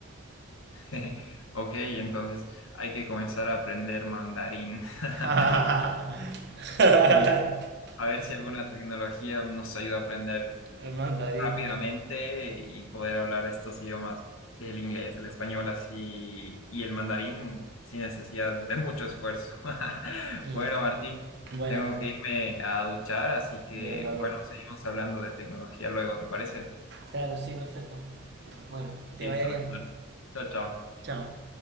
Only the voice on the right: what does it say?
<laughs>
El mandarín,
claro.
Mm.
Bueno,
bien, cabrón.
Claro, sí, perfecto. Bueno, que te
vaya bien.
Chao.